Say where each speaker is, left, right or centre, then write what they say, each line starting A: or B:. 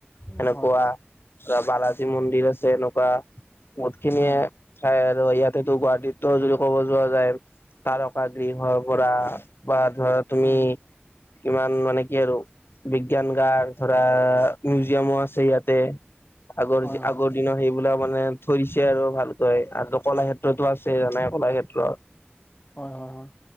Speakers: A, on the left (about 35°); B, on the left (about 70°).
A: হয়,
B: সেনেকুৱা,
A: হয়,
B: ৰাবা ৰাজীৱ মন্দিৰ আছে এনেকুৱা, বহুতখিনিয়ে
A: হয়,
B: ঠাই আৰু ইয়াতেতো গুৱাহাটীতো যদি ক'ব যোৱা যায় তাৰকা গৃহৰ পৰা, বা ধৰা তুমি
A: হয়,
B: কিমান মানে কি আৰু বিজ্ঞান গাৰ ধৰা মিউজিয়ামো আছে ইয়াতে। আগৰ-আগৰ
A: হয়,
B: দিনৰ সেই বোলা মানে থৈ দিছে আৰু ভালকৈ আ কলাক্ষেত্ৰতো আছে জানে কলাক্ষেত্ৰত।
A: হয়, হয়, হয়,